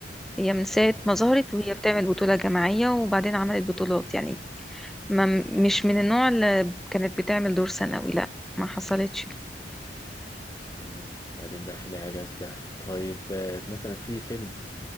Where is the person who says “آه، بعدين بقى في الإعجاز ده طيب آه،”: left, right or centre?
Left